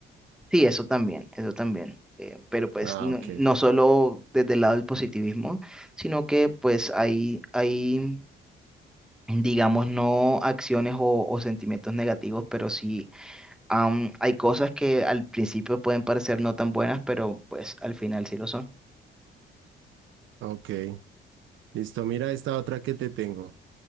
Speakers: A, in the centre; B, on the right.
A: sí, eso también, eso también. eh, pero pues
B: Ah,
A: no,
B: ok.
A: no solo desde el lado del positivismo, sino que pues hay, hay digamos, no acciones o, o sentimientos negativos, pero sí am, hay cosas que al principio pueden parecer no tan buenas, pero pues al final sí lo son.
B: Ok. Listo, mira esta otra que te tengo.